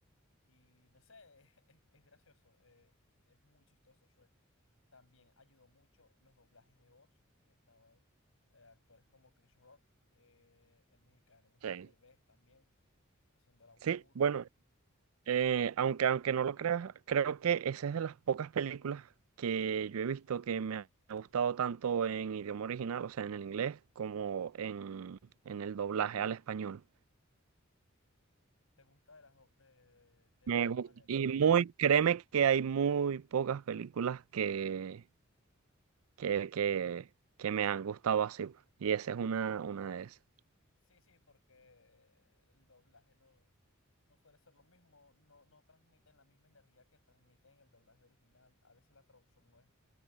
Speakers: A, on the left (about 75°); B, on the right (about 80°).
A: y no sé, <laughs> es, es gracioso, eh, es muy chistoso Shrek. También ayudó mucho los doblajes de voz, que estaban eh, actores como Chris Rock, eh, el mexicano Eugenio
B: Sí.
A: Derbez también, haciendo la voz
B: Sí,
A: de burro.
B: bueno, Eh, aunque, aunque no lo creas, creo que esa es de las pocas películas que yo he visto que me ha gustado tanto en idioma original, o sea, en el inglés, como en, en el doblaje al español.
A: ¿Te gusta de las, do- de de- de
B: Me
A: las dos
B: gusta.
A: maneras?
B: Y muy, créeme que hay muy pocas películas que, que, que, que me han gustado así. pues. Y esa es una, una de esas.
A: Sí, sí, porque el doblaje no, no suele ser lo mismo, no, no transmiten la misma energía que transmiten en el doblaje original. A veces la traducción no es